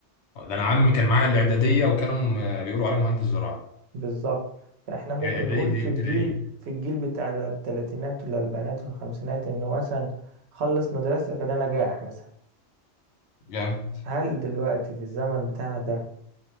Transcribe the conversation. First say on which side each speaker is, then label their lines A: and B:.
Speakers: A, on the left; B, on the right.
A: ده انا عمي كان معايا الاعداديه وكانوا آه، بيقولوا عليه مهندس زراعي
B: بالظبط فاحنا ممكن
A: يعني اعداديه
B: نقول في
A: دي
B: الجيل
A: ابتدائيه
B: في الجيل بتاع التلاتينات والاربعينات والخمسينات انه مثلا خلص مدرسة فده نجاح مثلا
A: جامد
B: هل دلوقتي في الزمن بتاعنا ده